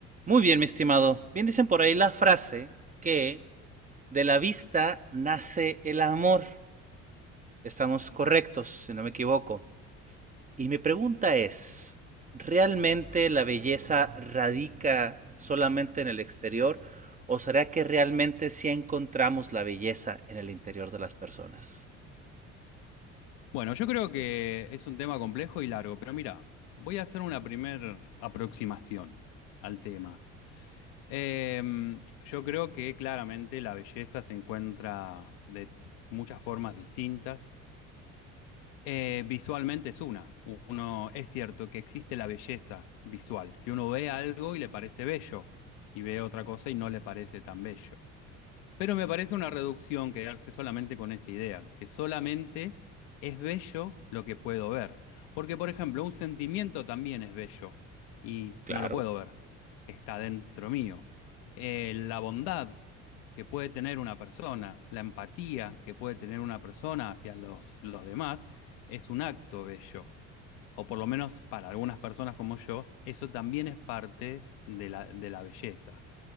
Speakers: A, on the right (about 20°); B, on the left (about 75°).
A: Muy bien, mi estimado. Bien dicen por ahí la frase que de la vista nace el amor. Estamos correctos, si no me equivoco. Y mi pregunta es, ¿realmente la belleza radica solamente en el exterior o será que realmente sí encontramos la belleza en el interior de las personas?
B: Bueno, yo creo que es un tema complejo y largo, pero mira, voy a hacer una primer aproximación al tema. Em, yo creo que claramente la belleza se encuentra de muchas formas distintas. Eh, visualmente es una. U- Uno, es cierto que existe la belleza visual, que uno ve algo y le parece bello, y ve otra cosa y no le parece tan bello. Pero me parece una reducción quedarse solamente con esa idea, que solamente es bello lo que puedo ver. Porque, por ejemplo, un sentimiento también es bello y
A: Claro.
B: no lo puedo ver, está dentro mío. Eh, la bondad que puede tener una persona, la empatía que puede tener una persona hacia los, los demás, es un acto bello. O por lo menos para algunas personas como yo, eso también es parte de la, de la belleza.